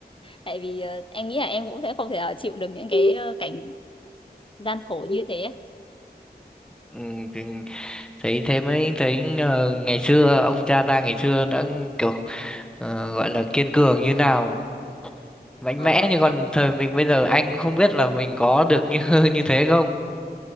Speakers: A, on the left; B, in the centre.
A: tại vì ờ, em nghĩ là em cũng sẽ không thể ờ, chịu được những cái ờ, cảnh gian khổ như thế ấy.
B: ừ, thì Thấy thế mới thấy ờ, ngày xưa ông cha ta ngày xưa đã kiểu ờ, gọi là kiên cường như nào, mạnh
A: Ờ,
B: mẽ như còn thời mình bây giờ anh cũng không biết là mình có được như <laughs> như thế không.